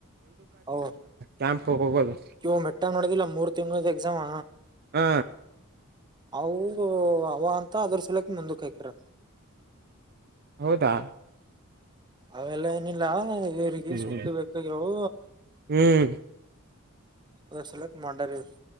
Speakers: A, on the right; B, on the right.
A: ಹಾ
B: ಕೆಂಪುಗ್ ಹೋಗೋದು.
A: ಇವ್ ಮೆಟ್ಟ ಮಾಡೋದಿಲ್ಲ ಮೂರ್ ತಿಂಗಳ ಎಕ್ಸಾಮ್.
B: ಹಾ
A: ಅವು ಅವ ಅಂತ ಅದ್ರ ಸಲಕ ಮುಂದಕ್ಕೆ ಹಾಕ್ಯಾರಂತೆ
B: ಹೌದಾ
A: ಅವೆಲ್ಲ ಏನಿಲ್ಲ ಬಿಡ್ ಗ
B: ಹ್ಮ್
A: ಸುಪ್ಪಿ ಬೇಕಗ್ಯಾವು
B: ಹ್ಮ್
A: ಅದರ್ ಸಲಕ್ ಮಾಡರಿ